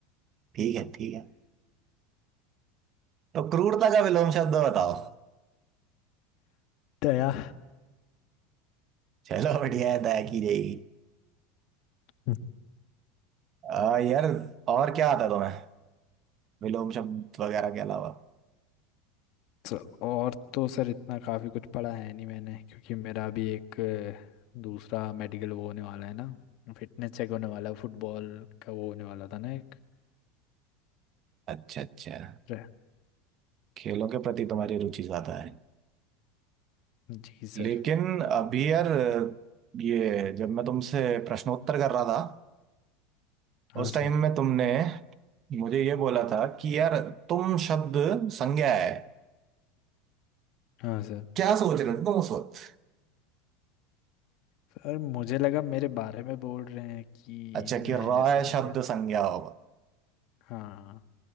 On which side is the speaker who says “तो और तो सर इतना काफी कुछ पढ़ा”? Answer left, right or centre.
Left